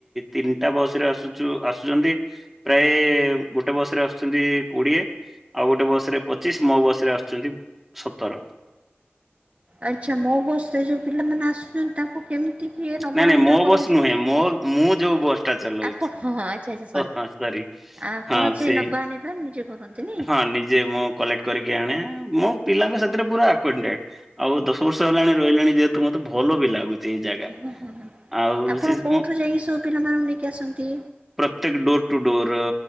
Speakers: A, in the centre; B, on the right.
A: ତିନିଟା ବସରେ ଆସୁଛୁ ଆସୁଛନ୍ତି ପ୍ରାୟ ଗୋଟେ ବସ ରେ ଆସୁଛନ୍ତି କୋଡିଏ ଆଉ ଗୋଟେ ବସ ରେ ପଚିଶ ମୋ ବସ ରେ ଆସୁଛନ୍ତି ସତର
B: ଆଚ୍ଛା ମୋ ବସରେ ଯୋଉ ପିଲାମାନେ ଆସୁଛନ୍ତି ତାଙ୍କୁ କେମିତି କିଏ ନବା
A: ନାଇଁ ନାଇଁ
B: ଆଣିବା
A: ମୋ
B: କରଉଛନ୍ତି?
A: ବସ୍ ନୁହେଁ ମୋ ମୁଁ ଯୋଉ ବସ୍ ଟା ଚଲାଉଛି
B: ଆପଣ ହଁ ହଁ ଆଚ୍ଛା ଆଚ୍ଛା
A: ଓ ସରି
B: ଆପଣ
A: ହଁ ସେଇ
B: ନବା ଆଣିବା ନିଜେ କରନ୍ତିନି?
A: ହଁ ନିଜେ ମୁଁ କଲେକ୍ଟ କରିକି ଆଣେ ମୁଁ ପିଲାଙ୍କ ସାଥିରେ ପ ଆଉ ଦଶ ବର୍ଷ ହେଲାଣି ରହିଲେଣି ଯେହେତୁ ମତେ ଭଲ ବି ଲାଗୁଛି ଏଇ ଜାଗା
B: ହୁଁ ହୁଁ ହୁଁ
A: ଆଉ
B: ଆପଣ
A: ସେ
B: କୋଉଠୁ ଯାଇକି ସବୁ ପିଲାମାନଙ୍କୁ ନେଇକି ଆସନ୍ତି?
A: ପ୍ରତ୍ୟେକ ଡୋରଟୁ ଡୋର୍